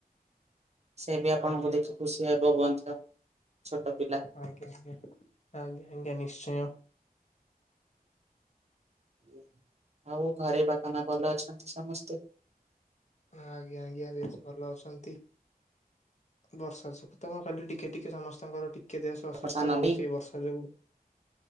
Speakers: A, on the right; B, on the left.
A: ସେ ବି ଆପଣଙ୍କୁ
B: ଆଜ୍ଞା
A: ଦେଖି ଖୁସି ହେବ ମଧ୍ୟ୍ୟ ଛୋଟ ପିଲା।
B: ଆଜ୍ଞା ଆଜ୍ଞା ଆଜ୍ଞା ଆଜ୍ଞା ନିଶ୍ଚୟ।
A: ହୁଁ ଆଉ ଘରେ ବାପା ମାଆ ଭଲ ଅଛନ୍ତି ସମସ୍ତେ?
B: ଆଜ୍ଞା ଆଜ୍ଞା ବେଶ୍ ଭଲ ଅଛନ୍ତି। ବର୍ଷା ଯୋଗୁ ତ ଖାଲି ଟିକେ ଟିକେ ସମସ୍ତଙ୍କର ଟିକେ ଦେହ ଅସୁସ୍ଥ
A: ସାନ
B: ରହୁଛି
A: ବି
B: ଏ ବର୍ଷା ଯୋଗୁ।